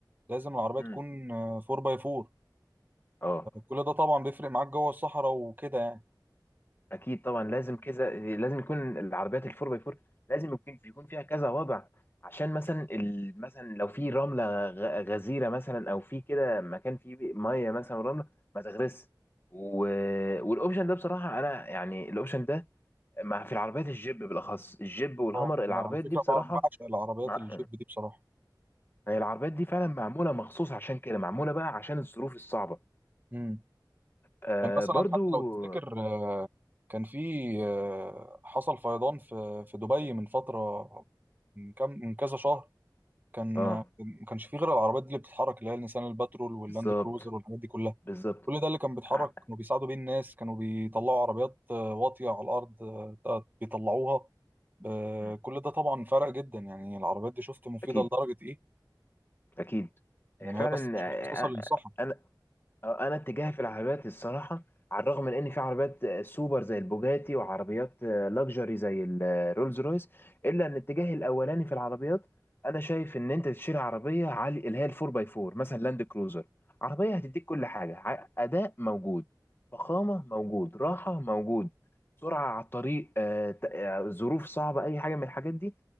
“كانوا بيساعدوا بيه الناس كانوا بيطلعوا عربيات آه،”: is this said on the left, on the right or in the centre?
Right